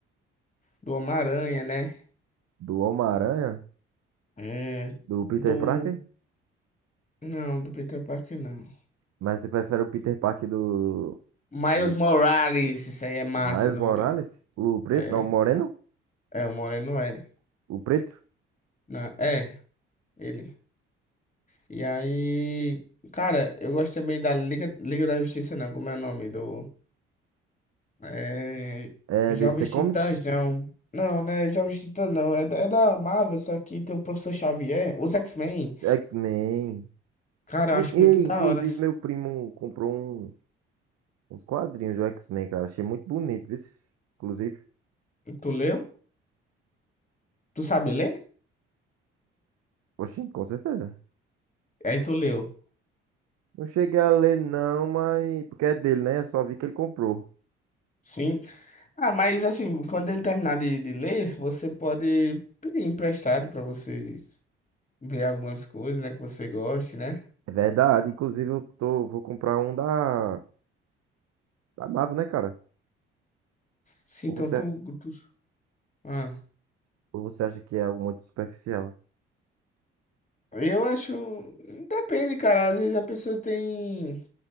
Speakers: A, on the left (about 25°); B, on the right (about 55°).
A: do Homem-Aranha, né?
B: Do Homem-Aranha?
A: É,
B: Do Peter
A: do.
B: Parker?
A: Não, do Peter Parker não.
B: Mas você prefere o Peter Parker do,
A: Miles
B: do
A: Morales, isso aí é massa,
B: Miles
A: doido.
B: Morales? O preto?
A: É,
B: Não, o moreno?
A: é o Moreno é.
B: O preto?
A: Não, é, ele. E aí. Cara, eu gosto também da Liga, Liga da Justiça, não, como é o nome? Do. É,
B: É,
A: Jovens
B: DC Comics?
A: Titãs, não. Não, né? Jovens Titãs não. É, da- é da Marvel, só que tem o Professor Xavier, os X-Men.
B: X-Men.
A: Cara,
B: Inclu-
A: eu acho
B: E
A: muito
B: aí,
A: da
B: inclusive,
A: hora.
B: meu primo comprou um- uns quadrinhos do X-Men, cara. Achei muito bonito, viu? Inclusive.
A: E tu leu? Tu sabe ler?
B: Oxi, com certeza.
A: Aí tu leu.
B: Não cheguei a ler, não, mas. Porque é dele, né? Eu só vi que ele comprou.
A: Sim. Ah, mas assim, quando ele terminar de, de ler, você pode pedir emprestado pra você ver algumas coisas, né, que você goste, né?
B: É verdade. Inclusive, eu tô, vou comprar um da, da Marvel, né, cara?
A: Sim,
B: Ou
A: então
B: você,
A: tu, tu... Ah.
B: ou você acha que é algo muito superficial?
A: Eu acho. Depende, cara. Às vezes a pessoa tem